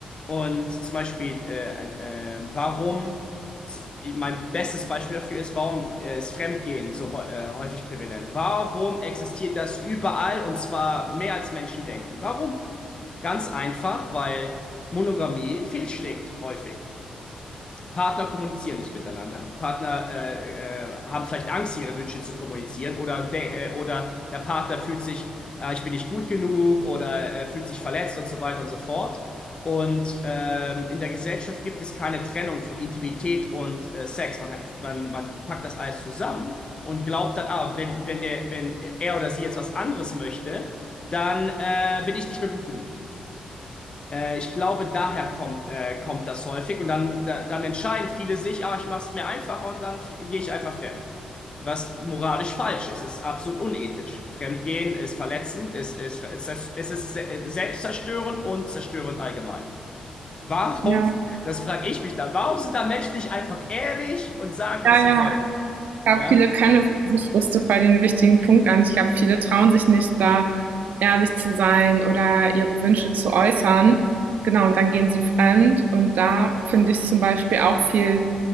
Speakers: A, on the left; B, on the right.
A: Und zum Beispiel, äh, ein, äh, warum, z- mein bestes Beispiel dafür ist, warum äh, ist Fremdgehen so hä- äh, häufig prävalent? Warum existiert das überall und zwar mehr als Menschen denken? Warum? Ganz einfach, weil Monogamie fehlschlägt häufig. Partner kommunizieren nicht miteinander. Partner äh, äh, haben vielleicht Angst, ihre Wünsche zu kommunizieren oder, de äh, oder der Partner fühlt sich, äh, ich bin nicht gut genug oder äh, fühlt sich verletzt und so weiter und so fort. Und ähm, in der Gesellschaft gibt es keine Trennung von Intimität und äh, Sex. Man, man, man packt das alles zusammen und glaubt dann, ah, wenn, wenn, der, wenn er oder sie jetzt was anderes möchte, dann äh, bin ich nicht mehr gut genug. Äh, ich glaube, daher kommt, äh, kommt das häufig und dann, da, dann entscheiden viele sich, ah, ich mache es mir einfacher und dann f- gehe ich einfach fremd. Was moralisch falsch ist. Es ist absolut unethisch. Fremdgehen ist verletzend, es ist, es ist, es ist se- äh, selbstzerstörend und zerstörend allgemein. Warum,
B: Ja,
A: das frage ich mich dann, warum sind da Menschen nicht einfach ehrlich und sagen, was
B: ja, ja.
A: sie wollen?
B: Ich glaube,
A: Ja?
B: viele können das, das sprichst du bei den wichtigen Punkt an. Ich glaube, viele trauen sich nicht, da ehrlich zu sein oder ihre Wünsche zu äußern. Genau, und dann gehen sie fremd. Und da finde ich es zum Beispiel auch viel